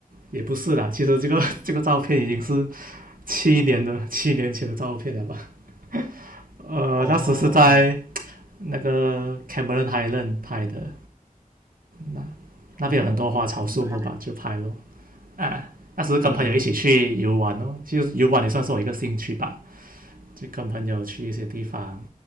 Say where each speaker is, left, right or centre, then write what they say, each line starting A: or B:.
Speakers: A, on the right; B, on the right.
A: 也不是啦，其实这个 <laughs> 这个照片已经是七年的七年前的照片了吧？呃，
B: 哦，
A: 那时是在那个 Cameron Highland 拍的，那那边有很多花草树木吧，
B: 哦，明白明白，
A: 就拍咯。啊，那时跟朋友一起去游玩咯，
B: 嗯。
A: 其实游玩也算是我一个兴趣吧，就跟朋友去一些地方，